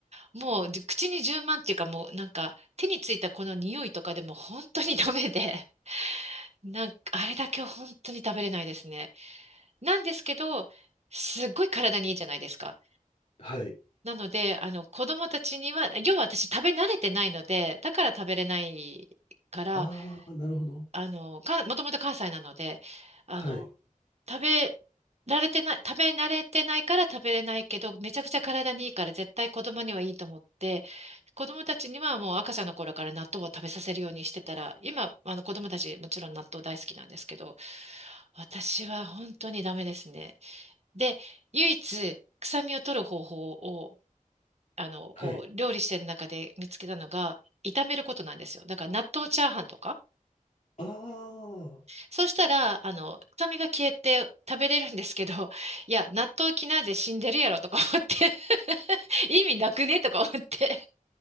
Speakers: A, on the right; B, on the left.
A: もう口に充満っていうかもうなんか手についたこの匂いとかでも本当にダメで、<laughs> なんかあれだけは本当に食べれないですね。なんですけど、すっごい体にいいじゃないですか。
B: はい。
A: なので、あの子供たちには、要は私食べ慣れてないので、だから食べれないから、
B: あー、なるほど。
A: あの、か、もともと関西なので、あの、
B: はい。
A: 食べられてない、食べ慣れてないから食べれないけど、めちゃくちゃ体にいいから絶対子供にはいいと思って、子供たちにはもう赤ちゃんの頃から納豆を食べさせるようにしてたら、今、あの子供たちもちろん納豆大好きなんですけど、私は本当にダメですね。で、唯一臭みを取る方法を、あの、
B: はい。
A: こう、料理してる中で見つけたのが、炒めることなんですよ。だから納豆チャーハンとか、
B: あー。
A: そうしたら、あの、臭みが消えて食べれるんですけど、<laughs> いや、納豆キナーゼ死んでるやろとか思って、<laughs> 意味なくねとか思って。